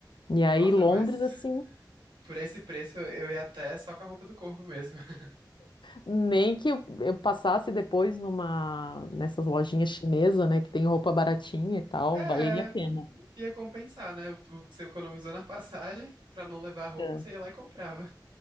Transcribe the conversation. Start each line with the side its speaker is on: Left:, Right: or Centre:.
Left: E aí,
Right: Nossa,
Left: Londres,
Right: mas
Left: assim,
Right: <laughs> por esse preço eu eu ia até só com a roupa do corpo mesmo. <laughs>
Left: nem que eu, eu passasse depois numa, nessas lojinhas chinesas, né, que tem roupa baratinha e tal,
Right: É,
Left: valeria a pena.
Right: ia compensar, né? O, o que você economizou na passagem, pra não levar a roupa,
Left: É.
Right: você ia lá e comprava.